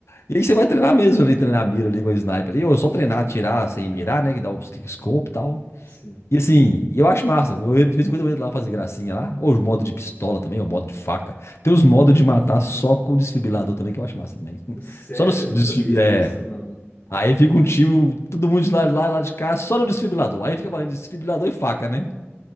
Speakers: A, on the left; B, on the left.
A: E aí você vai treinar mesmo ali, treinar a mira ali com a sniper ali. Ou só treinar, atirar sem mirar, né? Que dá os kickscope e tal.
B: Sim.
A: E assim, eu acho massa. Eu, de vez em quando eu entro lá fazer gracinha lá. Ou os modos de pistola também, ou modo de faca. Tem os modos de matar só com desfibrilador também, que eu acho massa também. <laughs>
B: Sério?
A: Só no
B: Eu não
A: desfibrilador.
B: sabia disso,
A: É.
B: mano.
A: Aí fica um time, todo mundo de lá, de lá, lá de cá, só no desfibrilador. Aí fica valendo desfibrilador e faca, né?